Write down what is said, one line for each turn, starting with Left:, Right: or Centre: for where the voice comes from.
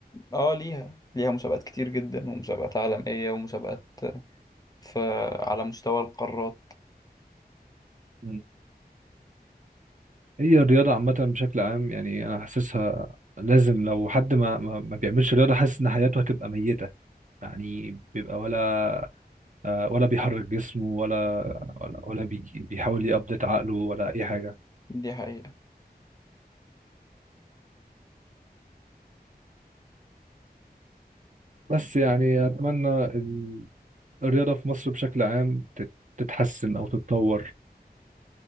Left: اه ليها ليها مسابقات كتير جدا ومسابقات عالمية ومسابقات آه، في على مستوى القارات
Right: مم. هي الرياضة عامة بشكل عام يعني أنا حاسسها لازم لو حد ما ما ما بيعملش رياضة حاسس إن حياته هتبقى ميتة يعني بيبقى ولا آه، ولا بيحرك جسمه ولا ولا ولا بيجي- بيحاول يأبديت عقله ولا أي حاجة
Left: دي حقيقة
Right: بس يعني أتمنى ال- الرياضة في مصر بشكل عام تت- تتحسن أو تتطور